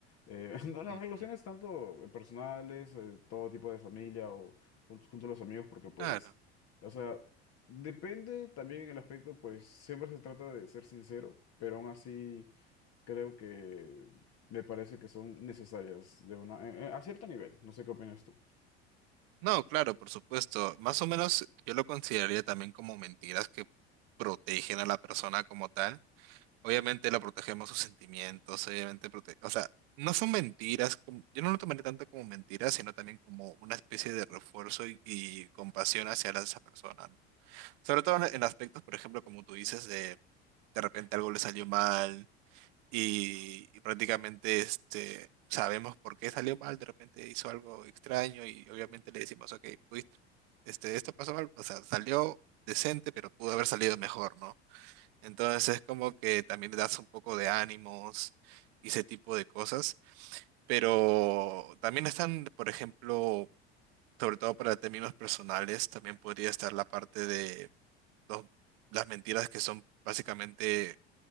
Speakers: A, on the left; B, on the right.
A: eh, <laughs> en las
B: Ujú.
A: relaciones tanto personales, eh, todo tipo de familia o junto, junto a los amigos, porque pues,
B: Claro.
A: o sea, depende también el aspecto, pues siempre se trata de ser sincero, pero aún así creo que me parece que son necesarias de una, eh, eh, a cierto nivel. No sé qué opinas tú.
B: No, claro, por supuesto. Más o menos yo lo consideraría también como mentiras que protegen a la persona como tal. Obviamente la protegemos sus sentimientos, obviamente protege, o sea, no son mentiras, como- yo no lo tomaría tanto como mentiras, sino también como una especie de refuerzo y, y compasión hacia la- esa persona, ¿no? Sobre todo en, en aspectos, por ejemplo, como tú dices, de de repente algo le salió mal, y, y prácticamente este, sabemos por qué salió mal, de repente hizo algo extraño y obviamente le decimos, ok, pudiste- este, esto pasó mal, o sea, salió decente, pero pudo haber salido mejor, ¿no? Entonces es como que también le das un poco de ánimos y ese tipo de cosas, pero también están, por ejemplo, sobre todo para términos personales, también podría estar la parte de los- las mentiras que son básicamente